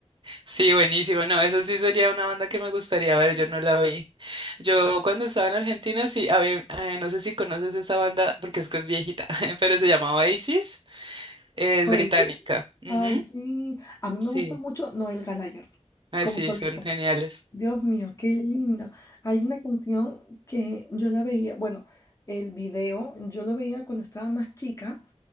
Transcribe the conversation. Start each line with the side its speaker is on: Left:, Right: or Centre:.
Right: sí, buenísimo. No, eso sí sería una banda que me gustaría ver. Yo no la vi. Yo cuando estaba en Argentina, sí, había, eh, no sé si conoces esa banda, porque es que es viejita, <laughs> pero se llama Oasis. Es
Left: Güey,
Right: británica.
Left: sí
Right: Ujú.
Left: Ay, Sí. sí. A mí
Right: Sí.
Left: me gusta mucho Noel Gallagher
Right: Ay,
Left: como
Right: sí,
Left: solista.
Right: son geniales.
Left: Dios mío, qué lindo. Hay una canción que yo la veía, bueno, el video, yo lo veía cuando estaba más chica,